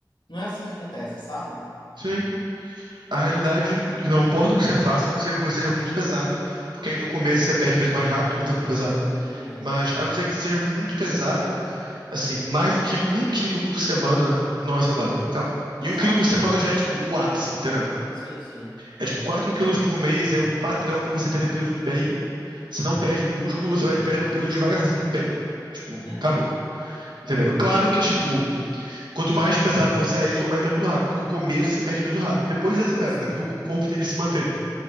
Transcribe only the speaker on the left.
não é assim que acontece, sabe?
Uhum,
exato.
Sim, sim.
Uhum.
Sim.